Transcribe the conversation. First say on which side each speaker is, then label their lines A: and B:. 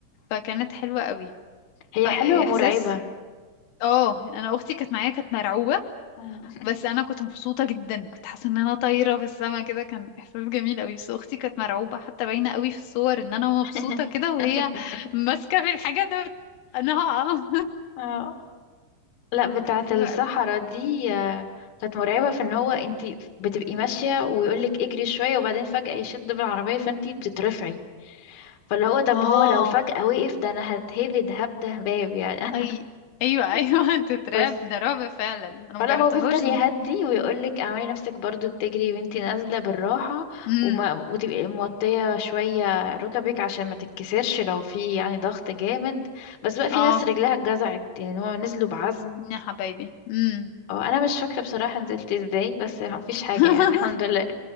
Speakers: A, on the left (about 85°); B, on the left (about 60°).
A: فكانت حلوة قوي
B: هي
A: فإحساس
B: حلوة ومرعبة
A: اه أنا أختي كانت معايا كانت مرعوبة
B: مم.
A: بس انا كنت مبسوطه جدا كنت حاسه ان انا طايره في السما كده كان احساس جميل قوي بس اختي كانت مرعوبه حتى باينه قوي في الصور ان انا
B: <laughs>
A: مبسوطه كده وهي ماسكه في الحاجه ده انا هقع <laughs>
B: اه لا بتاعة
A: فكانت حلوه
B: الصحراء
A: قوي
B: دي آه، كانت مرعبة في ان هو انت بتبقي ماشية ويقولك اجري شوية وبعدين فجأة يشد بالعربية فانت بتترفعي فاللي هو طب
A: اه
B: هو لو فجأة وقف ده انا هتهبد هبدة هباب يعني
A: اي ايوه ايوه
B: <laughs>
A: <laughs> تترعب
B: بس
A: ده رعب فعلا انا
B: فلا
A: مجربتهاش
B: هو بيفضل
A: دي
B: يهدي ويقولك اعملي نفسك برضو بتجري وانتي نازلة بالراحة
A: امم
B: وما وتبقي موطية شوية ركبك عشان ما تتكسرش لو في يعني ضغط جامد بس بقى في
A: اه
B: ناس رجلها اتجزعت يعني هو نزلوا بعزم
A: يا حبايبي امم
B: اه انا مش فاكره بصراحه نزلت ازاي بس مفيش حاجه
A: <laughs>
B: يعني <laughs> الحمد لله